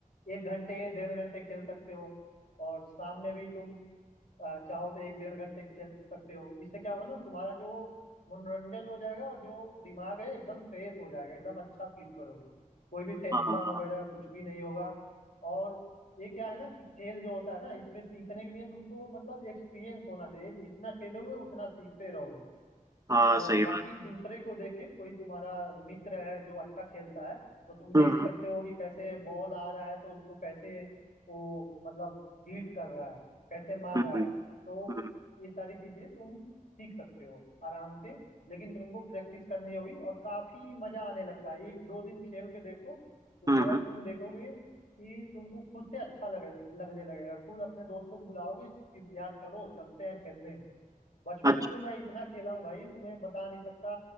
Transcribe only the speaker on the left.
एक घंटे डेढ़ घंटे खेल सकते हो और शाम में भी तुम अ, चाहो तो एक डेढ़ घंटे खेल सकते हो इससे क्या होगा ना तुम्हारा जो मनोरंजन हो जाएगा और जो दिमाग है एकदम फ्रेश हो जाएगा एकदम अच्छा फील करोगे कोई भी टेंशन
वगैरह कुछ भी नहीं होगा और ये क्या है ना कि खेल जो होता है ना इसमें सीखने के लिए तुमको मतलब एक्सपीरियंस होना चाहिए जितना खेलोगे उतना सीखते रहोगे
और
बाकी
दूसरे को देख के कोई तुम्हारा मित्र है जो अच्छा खेलता है तो तुम देख
सकते हो कि कैसे बॉल आ रहा है तो उसको कैसे वो मतलब हीट कर रहा है कैसे मार
रहा है तो
ये सारी चीजें तुम सीख सकते हो आराम से लेकिन तुमको प्रैक्टिस करनी होगी और काफी मजा आने लगता है एक दो दिन खेल के देखो उसके
बाद तुम देखोगे कि तुमको खुद से अच्छा लगे लगने लगेगा खुद अपने दोस्तों को बुलाओगे कि यार चलो चलते हैं खेलने बचपन
में तो मैं इतना खेला हूँ भाई तुम्हें बता नहीं सकता